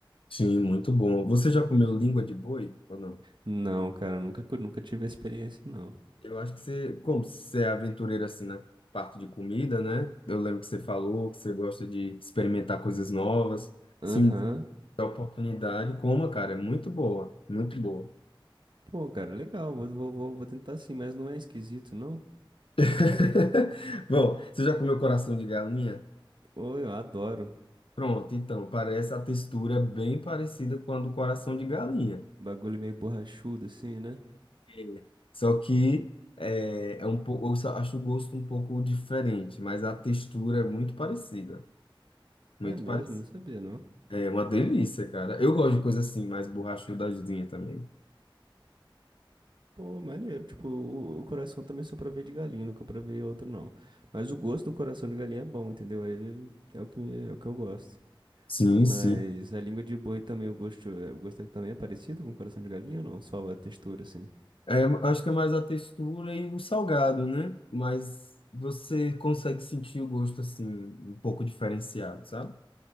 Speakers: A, on the left (about 80°); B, on the right (about 60°).
A: Sim, muito bom. Você já
B: Contrafilé.
A: comeu língua de boi ou não?
B: Não, cara, nunca, cu- nunca tive experiência, não.
A: Eu acho que você, como você é aventureiro assim na parte de comida, né? Eu lembro que você falou que você gosta de experimentar coisas novas.
B: Aham.
A: Se um tiver oportunidade, coma, cara, é muito boa, muito boa.
B: Pô, cara, legal. Vou, vou, vou, vou tentar sim, mas não é esquisito, não?
A: <laughs> Bom, você já comeu coração de galinha?
B: Pô, eu adoro.
A: Pronto, então, parece a textura bem parecida com a do coração de galinha.
B: Bagulho meio borrachudo, assim, né?
A: É. Só que é, é um pouco, eu só acho o gosto um pouco diferente, mas a textura é muito parecida. Muito
B: É mesmo?
A: parecida.
B: Não sabia, não.
A: É uma delícia, cara. Eu gosto de coisa assim, mais borrachudazinha também.
B: Pô, maneiro. Tipo, o, o coração também só provei de galinha, nunca provei outro, não. Mas o gosto do coração de galinha é bom, entendeu? Aí é o que, me- é o que eu gosto.
A: Sim,
B: Mas
A: sim.
B: a língua de boi também, o gosto, é- o gosto é- também é parecido com o coração de galinha ou não? Só a textura, assim.
A: É, acho que é mais a textura e o salgado, né? Mas você consegue sentir o gosto assim, um pouco diferenciado, sabe?